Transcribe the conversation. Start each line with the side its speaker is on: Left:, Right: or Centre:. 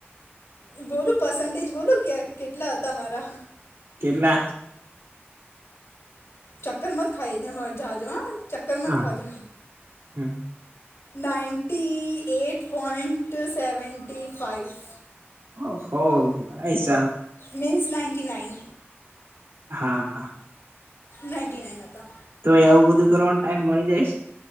Left: બોલ પર્સન્ટેજ બોલ કેટલા હતા મારા
Right: કેટલા
Left: ચક્કર મત ખાઈ મ જાજો હા ચક્કર મત
Right: હા
Left: ખાજો
Right: હમ.
Left: Ninety eight point seventy five
Right: ઓ હો હશ
Left: મીન્સ નાઇન્ટટી નાઇન
Right: હા
Left: નાઇન્ટી નાઇન આ હતા
Right: તો આવવું બધું કરવાનો ટાઈઇમ મળી જાયશ